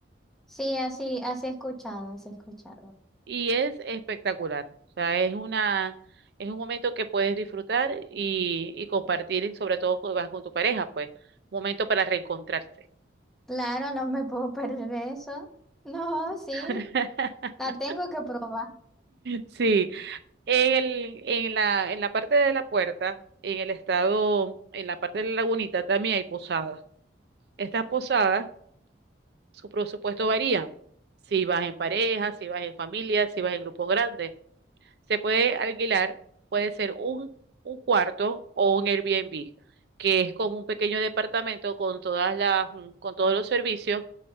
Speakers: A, in the centre; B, on the right (about 60°).
A: Sí, así, así he escuchado, así he escuchado.
B: y es espectacular. O sea, es una, es un momento que puedes disfrutar y, y compartir, y sobre todo cuando vas con tu pareja, pues, momento para reencontrarse.
A: Claro, no me puedo <laughs> perder eso. No, sí,
B: <laughs>
A: la tengo que probar.
B: Sí, el, en la, en la parte de la puerta, en el estado, en la parte de la lagunita también hay posadas. Estas posadas, su presupuesto varía. Si vas en pareja, si vas en familia, si vas en grupos grandes. Se puede alquilar, puede ser un, un cuarto o un Airbnb, que es como un pequeño departamento con todas las, mm, con todos los servicios